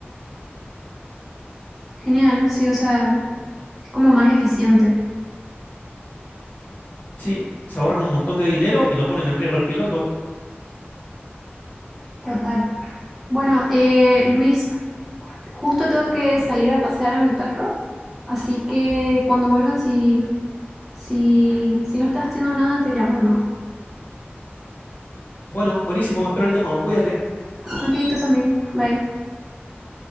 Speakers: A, in the centre; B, on the left.
A: Genial, sí, o sea, es como más eficiente.
B: Sí, se ahorran un montón de dinero y no ponen en riesgo al piloto.
A: Total. Bueno, eh, Luis, justo tengo que salir a pasear a mi perro, así que cuando vuelvan, si, si, si no estás haciendo nada, te llamo de nuevo.
B: Bueno, buenísimo, espero el llamado. Cuídate.
A: Ok, tú también, bye.